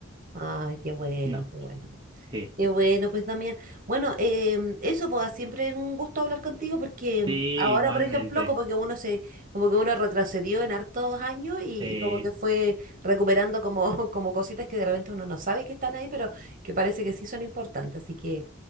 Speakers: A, on the right; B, on the right.
A: Ay, qué bueno,
B: no,
A: qué bueno.
B: sí,
A: Qué bueno, pues también Bueno, em, eso pues siempre es un gusto hablar contigo porque em,
B: sí,
A: ahora,
B: igualmente,
A: por ejemplo, como que uno se, como que uno retrocedió en hartos años y,
B: sí,
A: y como que fue recuperando como, <laughs> como cositas que de repente uno no sabe que están ahí, pero que parece que sí son importantes. Así que